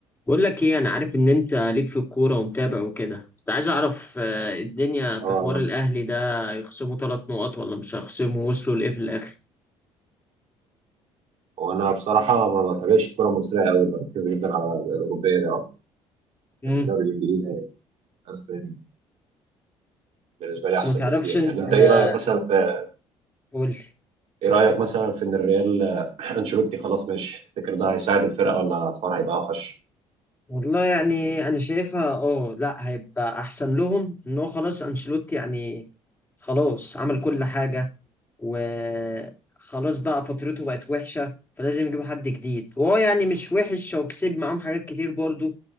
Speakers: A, on the left; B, on the right.
A: بقول لك ايه انا عارف ان انت ليك في الكوره ومتابع وكده كنت عايز اعرف آه، الدنيا في
B: اه
A: حوار الاهلي ده يخصموا ثلاث نقط ولا مش هيخصموا وصلوا لايه في الاخر
B: وانا بصراحه ما بتابعش الكره المصريه قوي بركز جدا على الاوروبيه ده أكتر.
A: امم
B: يعني الدوري الانجليزي الاسباني بالنسبه لي
A: بس
B: احسن
A: ما تعرفش
B: بكتير
A: انت
B: يعني انت
A: لا،
B: ايه رايك مثلا في
A: قول
B: ايه رايك مثلا في ان الريال آه، <clears throat> انشيلوتي خلاص ماشي تفتكر ده هيساعد الفرقه ولا الفرع هيبقى اوحش
A: والله يعني انا شايفها اه لا هيبقى احسن لهم ان هو خلاص انشيلوتي يعني خلاص عمل كل حاجه وخلاص بقى فترته بقت وحشه فلازم يجيبوا حد جديد وهو يعني مش وحش وكسب معاهم حاجات كتير برضو